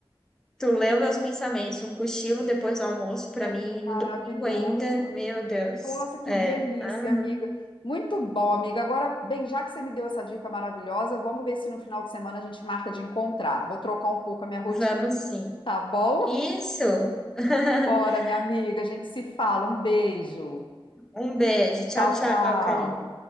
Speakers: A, in the centre; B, on the left.
A: tu leu meus pensamentos. Um cochilo depois do almoço pra mim,
B: <laughs>
A: no
B: Maravilhoso.
A: domingo ainda. Meu Deus.
B: Nossa, que
A: É.
B: delícia,
A: aham.
B: amiga. Muito bom, amiga. Agora, bem, já que você me deu essa dica maravilhosa, vamos ver se no final de semana a gente marca de encontrar. Vou trocar um pouco a minha rotina,
A: Vamos sim.
B: tá bom?
A: Isso! <laughs>
B: Bora, minha amiga, a gente se fala. Um beijo.
A: Um beijo. Tchau,
B: Tchau,
A: tchau,
B: tchau.
A: Karina.